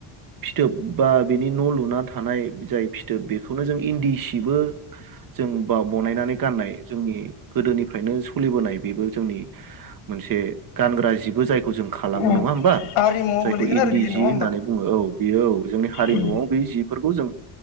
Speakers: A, on the right (about 45°); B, on the left (about 85°).
A: फिथोब बा बिनि न' लुना थानाय जाय फिथोब बेखौनो जों इन्दि सिबो जों बा बनायनानै गाननाय जोंनि गोदोनिफ्रायनो सलिबोनाय बेबो जोंनि मोनसे गानग्रा जिबो जाय खौ जों खालामो
B: नोंथां
A: नङा होमबा
B: आरिमुआव
A: जायखौ
B: गोलैगोन
A: इन्दि
B: आरो बियो
A: जि
B: नङा होमबा
A: होननानै बुङो औ बेयो औ जोंनि हारिमुआव
B: उम
A: बे जि जों